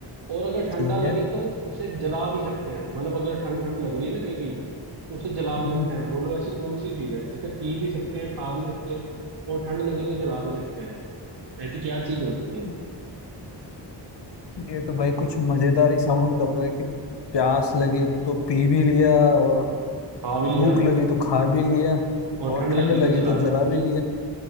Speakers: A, on the right (about 60°); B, on the left (about 70°).
A: और अगर ठंडा
B: ठीक
A: लगे
B: है
A: तो उसे जला भी सकते हैं मतलब अगर ठंड ठंड लग रही है ना कहीं कहीं तो उसे जला भी
B: हम्म,
A: सकते हैं बोलो ऐसी कौन सी चीज है जिसे पी भी सकते हैं खा भी सकते हैं और ठंड लगे तो जला भी सकते हैं ऐसी क्या चीज हो सकती है
B: हम्म। ये तो भाई कुछ मजेदार ही साउंड कर रहा है कि प्यास लगी तो पी भी लिया और
A: खा भी लिया
B: भूख लगी तो खा भी लिया
A: और
B: और
A: ठंड
B: ठंड
A: लगी
B: लगी
A: तो जला
B: तो
A: भी
B: जला भी लिया